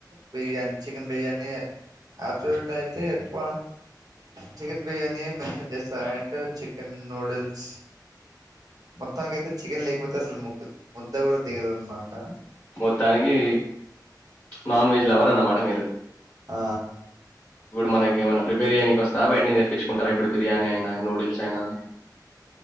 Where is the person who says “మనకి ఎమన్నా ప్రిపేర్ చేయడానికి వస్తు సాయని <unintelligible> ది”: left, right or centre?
Left